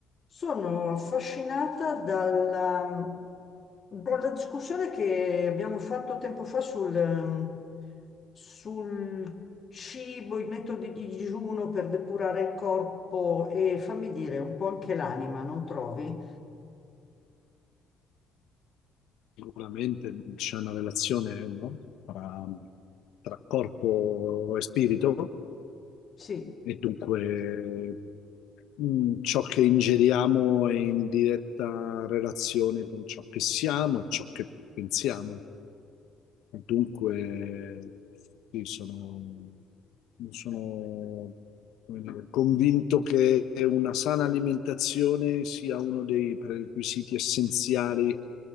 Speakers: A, on the left (about 25°); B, on the left (about 70°).
A: Sono affascinata dalla, dalla discussione che abbiamo fatto tempo fa sul, ehm, sul cibo, i metodi di digiuno per depurare il corpo e fammi dire un po' anche l'anima, non trovi?
B: Sicuramente c'è una relazione, no? tra, tra corpo e spirito
A: Sì,
B: e dunque mh, ciò che ingeriamo è in diretta relazione con ciò che siamo e ciò che pensiamo. Dunque, sì, sono, sono, come dire, convinto che una sana alimentazione sia uno dei prerequisiti essenziali